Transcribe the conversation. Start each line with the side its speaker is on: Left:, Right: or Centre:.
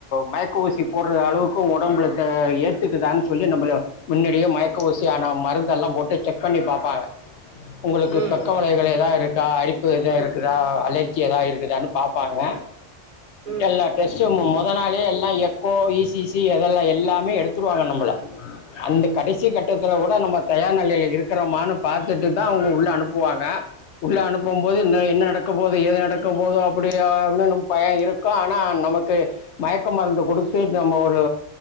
Left: மயக்க ஊசி போடுற அளவுக்கு உடம்புல ஏத்துகுதான் சொல்லி நம்பள முன்னாடியே மயக்க ஊசியான மருந்தல்லா போட்டு செக் பண்ணி பாத் தாங்க உங்குளுக்கு
Right: ம்
Left: பக்க வளைகள் எதா இருக் கா அரிப்பு எதா இருக்குதா அலர்ஜி எதா இருக்குதானு பாப்பாங்க
Right: ம்
Left: எல்லா டெஸ்டும் மொத் போனாலே எல்லா எக்கோ இ சி சி அதல்லா எல்லாமே எடுத்துருவாங்க நம்பள அந்த கடைசி
Right: ம்
Left: கட்டத்துல கூட நம்ம தயார் நிலைல இருக்கறோமானு பாத்துட்டுதா அவுங்க உள்ள அனுப்புவாங்க உள்ள அனுப்பும் போது
Right: ம் ம்
Left: என்ன நடக்க போ ஏது நடக்க போது அப்டி ஆகுனு பயொ இருக்கு ஆனா நமக்கு மயக்க மருந்து குடுத்து நம்ம ஒரு